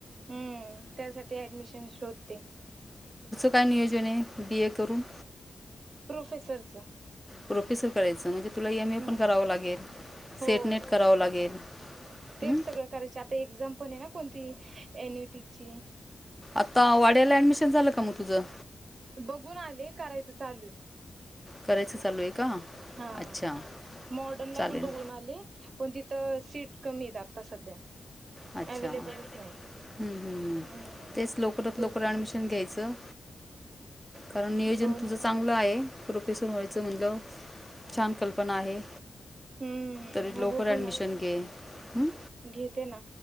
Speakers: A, on the right (about 50°); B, in the centre.
A: हम्म, त्यासाठी ऍडमिशन शोधते.
B: काही नियोजन हे बी. ए करून?
A: प्रोफेसरच.
B: प्रोफेसर करायचं म्हणजे, तुला एम.
A: हम्म
B: ए. पण करावं लागेल.
A: हो
B: सेट नेट करावं लागेल.
A: तेच
B: हं.
A: सगळं करायचे आता एक्झाम पण आहे, ना कोणती एन. यू. टी ची.
B: आता वाड्याला ऍडमिशन झालं, का मग तुझं?
A: बघून आले, करायचं चालू हे.
B: करायचं चालू आहे का?
A: हा
B: अच्छा.
A: मॉडन ला
B: चालेल.
A: पण बघून आले. पण तिथं सीट कमी आहेत, आत्ता सध्या.
B: अच्छा,
A: अवेलेबलच नाही
B: हम्मम
A: हम्म
B: तेच लवकरात
A: तेच
B: लवकर
A: ना.
B: ऍडमिशन घ्यायचं. कारण नियोजन
A: हो
B: तुझं
A: ना
B: चांगलं आहे. प्रोफेसर व्हायचं म्हणल्याव छान कल्पना आहे.
A: हम्म
B: तरी
A: हे
B: लवकर
A: बघू
B: ऍडमिशन
A: ना
B: घे. हम,
A: घेते ना